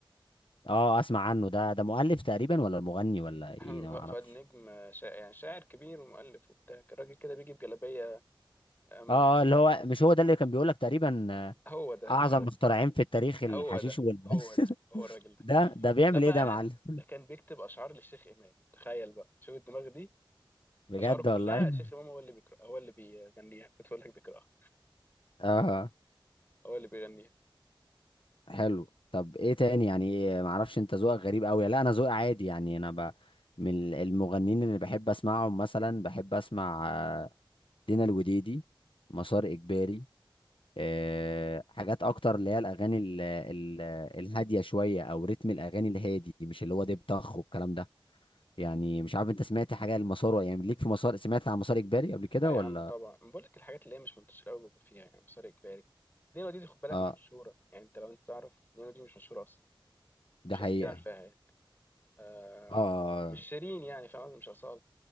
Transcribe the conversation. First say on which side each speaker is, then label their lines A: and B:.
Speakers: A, on the left; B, on the left.
A: اه اسمع عنه ده ده مؤلف تقريبا ولا مغني ولا ايه
B: أحمد
A: ده
B: ف-
A: ما اعرفش
B: فؤاد نجم آه، شاعر يعني شاعر كبير ومؤلف وبتاع الراجل كده بيجي بجلابية أما
A: اه اللي هو مش هو ده اللي كان بيقول لك تقريبا آه،
B: هو ده
A: اعظم
B: هو,
A: مخترعين في التاريخ الحشيش
B: هو ده
A: وال
B: هو
A: <laughs>
B: ده هو الراجل ده
A: ده ده بيعمل
B: لا بقى
A: ايه ده يا معلم
B: ده كان بيكتب أشعار للشيخ إمام تخيل بقى شوف الدماغ دي
A: بجد
B: أشعاره كلها
A: والله
B: الشيخ إمام هو اللي بيقرأ هو اللي بيغنيها بتقول لك بيقرأها
A: اه
B: هو اللي بيغنيها
A: حلو طب ايه تاني يعني إيه ما اعرفش انت ذوقك غريب قوي لا انا ذوقي عادي يعني انا ب... من المغنيين اللي بحب اسمعهم مثلا بحب اسمع آه، دينا الوديدي مسار اجباري أه حاجات اكتر اللي هي الاغاني ال... ال... الهاديه شويه او رتم الاغاني الهادي مش اللي هو دب طخ والكلام ده يعني مش عارف انت سمعت حاجه المسار يعني ليك في مسار سمعت عن مسار اجباري قبل كده
B: اه يا
A: ولا
B: عم طبعا أنا بقول لك الحاجات اللي هي مش منتشرة قوي بيبقى فيها يعني مسار إجباري دينا دي خد بالك
A: اه
B: مش مشهورة يعني انت لو انت تعرف دينا دي مش مشهورة أصلا
A: ده
B: مش
A: حقيقة
B: ناس كتير عارفاها يعني. آه
A: اه اه
B: مش شيرين يعني فاهم قصدي؟ مش أصالة